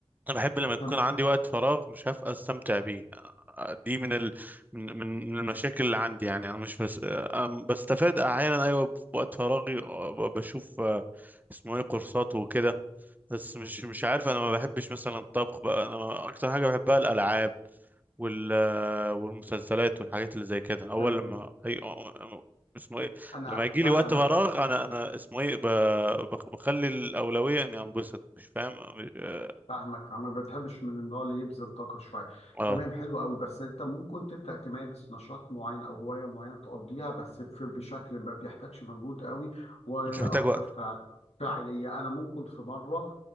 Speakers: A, on the right; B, on the left.
A: انا بحب لما يكون
B: تم...
A: عندي وقت فراغ مش هبقى استمتع بيه دي من ال... من من من المشاكل اللي عندي يعني انا مش بس أم- بستفاد احيانا ايوه بوقت فراغي أه، ب- بشوف أه، اسمه ايه كورسات وكده بس مش مش عارف انا ما بحبش مثلا الطبخ بقى انا اكتر حاجه بحبها الالعاب وال والمسلسلات والحاجات اللي زي كده اول
B: تمام
A: لما هي اسمه ايه
B: انا
A: لما يجي
B: فعلا
A: لي وقت فراغ انا انا اسمه ايه ب... بخ- بخلي الاولويه اني انبسط مش فاهم مش... اه
B: فاهمك فما بتحبش من النوع اللي يبذل طاقة شوية
A: آه.
B: تمام حلو قوي بس انت ممكن تبدأ تمارس نشاط معين او هواية معينة تقضيها بس في- بشكل ما بيحتاجش مجهود قوي واكتر
A: مش محتاج وقت
B: فع- فاعلية انا ممكن في مرة